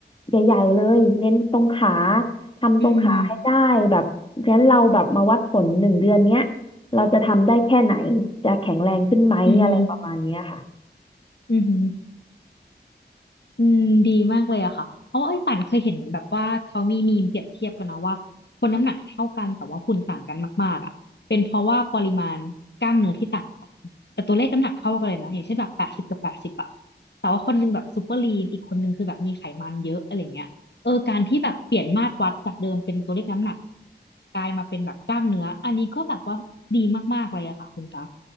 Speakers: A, on the left; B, on the left.
A: ใหญ่ๆเลยเน้นตรงขาทำตรงขาให้ได้แบบงั้นเราแบบมาวัดผลหนึ่งเดือนเนี้ย
B: อืม
A: เราจะทำได้แค่ไหนจะแข็งแรงขึ้นไหมอะไรประมาณเนี้ยค่ะ
B: อืมอืมอืม อืมดีมากเลยอะค่ะเพราะว่าไอ้ยป่านเคยเห็นเหมือนแบบว่าเขามีมีมเปรียบเทียบกันเนาะว่าคนน้ำหนักเท่ากันแต่ว่าหุ่นต่างกันมากๆอะเป็นเพราะว่าปริมาณกล้ามเนื้อที่ต่างกันแต่ตัวเลขน้ำหนักเท่ากันเลยนะอย่างเช่นแบบแปดสิบกับแปดสิบอะแต่ว่าคนนึงแบบซูเปอร์ลีนอีกคนนึงคือแบบมีไขมันเยอะอะไรเงี้ยเออการที่แบบเปลี่ยนมาตรวัดจากเดิมเป็นตัวเลขน้ำหนักกลายมาเป็นแบบกล้ามเนื้ออันนี้ก็แบบว่าดีมากๆเลยอะค่ะคุณตา